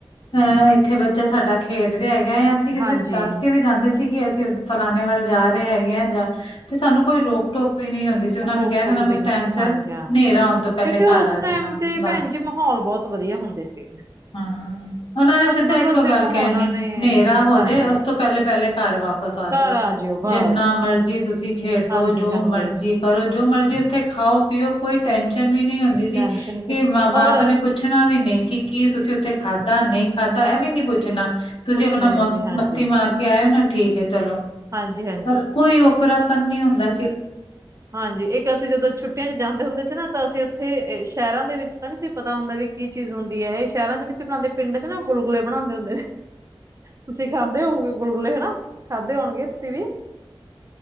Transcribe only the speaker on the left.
ਅ ਇੱਥੇ ਬੱਚਾ ਸਾਡਾ ਖੇਡ ਰਿਹਾ ਹੈਗਾ ਹੈ, ਅਸੀਂ ਕਿਸੇ
ਦੱਸ ਕੇ ਵੀ ਜਾਂਦੇ ਸੀ। ਕਿ ਅਸੀਂ ਫਲਾਣੇੇ ਵੱਲ ਜਾ ਰਹੇ ਹੈਗੇ ਹਾਂ ਜਾਂ ਤੇ ਸਾਨੂੰ ਕੋਈ ਰੋਕ ਟੋਕ ਵੀ ਨਹੀਂ ਹੁੰਦੀ ਸੀ ਉਹਨਾਂ
ਨੂੰ ਆਪਣਾ
ਟਾਈਮ
ਸਿਰ
ਹਨੇਰਾ
ਆਉਣ ਤੋਂ ਪਹਿਲੇ
ਘਰ
ਆ
ਜਾਣਾ
ਬਸ
ਹਾਂ ਉਹਨਾਂ ਨੇ ਸਿੱਧਾ
ਇੱਕੋ
ਗੱਲ
ਕਹਿਣੀ
ਹਨੇਰਾ ਹੋਜੇ
ਉਸ ਤੋਂ ਪਹਿਲੇ ਪਹਿਲੇ ਘਰ ਵਾਪਸ ਬਸ ਆਜੋ
ਜਿੰਨਾ ਮਰਜੀ ਤੁਸੀਂ ਖੇਡੋ
ਜੋ ਮਰਜੀ ਕਰੋ ਜੋ ਮਰਜੀ ਉੱਥੇ ਖਾਓ ਪੀਓ ਕੋਈ ਟੈਨਸ਼ਨ ਵੀ ਨਹੀਂ ਹੁੰਦੀ ਸੀ
ਕਿ
ਮਾਂ ਬਾਪ
ਨੇ ਪੁੱਛ ਣਾ ਵੀ ਨਹੀਂ ਕਿ ਕੀ ਤੁਸੀਂ ਉੱਥੇ ਖਾਧਾ ਨਹੀਂ ਖਾਧਾ ਇਹ ਵੀ ਨੀ ਪੁੱਛਣਾ ਤੁਸੀਂ
ਆਪਣਾ
ਮਸਤੀ ਮਾਰ ਕੇ ਆਇਓ ਨਾ ਠੀਕ ਹੈ, ਚਲੋ
ਪਰ ਕੋਈ ਉਓਪਰਾ ਨੀ ਹੁੰਦਾ ਸੀ।